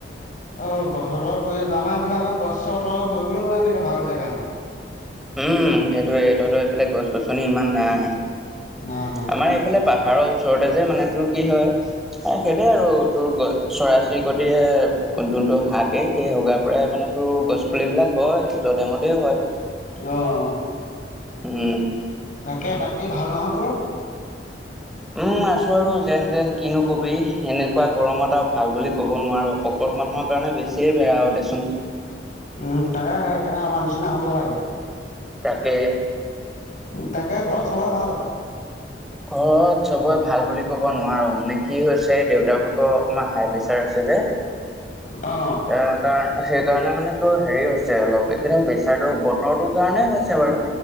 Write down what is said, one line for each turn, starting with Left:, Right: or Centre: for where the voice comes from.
Left: অ গছৰ তলত বহি আছো আমাৰ এইভালে আহক গছৰ তলত বহিবলৈও মানে এনেকা ভাল জেগা নাই।
Centre: উম সেইটোয়ে তহঁতৰ এইফালে গছ -গছনি ইমান নাই।
Left: নাই নাই
Centre: আমাৰ এইফালে পাহাৰৰ ওচৰতে যে মানে চোন কি হয়? এ সেইটোৱে আৰু উত্তৰবোৰ। চৰাই- চিৰিকতিয়ে যোনটো হাগে সেই হগাৰ পৰাই মানে টো গছ পুলিবিলাক হয়। যতে - মতেও হয়।
Left: অ - অ।
Centre: উম,
Left: তাকে বাকী ভাল নহয় তোৰ?
Centre: উম আছো আৰু যেন- তেন কিনো কবি এনেকুৱা গৰমত আৰু ভাল বুলি ক'ব নোৱাৰোঁ। সবত - মানুহৰ কাৰণে বেছিয়ে বেয়া হ'ব দিওকচোন
Left: উম তাকে সেইকাৰণে আমাৰ নিচিনা হব লাগে।
Centre: তাকে,
Left: উ তাকে ঘৰত চবৰে ভাল?
Centre: ঘৰত সবে ভাল বুলি ক'ব নো নোৱাৰো মানে কি হৈছে দেউতা হকৰ অকমান হাই প্ৰেচাৰ আছে যে।
Left: অ
Centre: তেওঁ তাই সেইকাৰণে মানে তোৰ হেৰি হৈছে অলপ। এইকেইদিন প্ৰেচাৰটো বতৰটোৰ কাৰণে হৈছে বাৰু!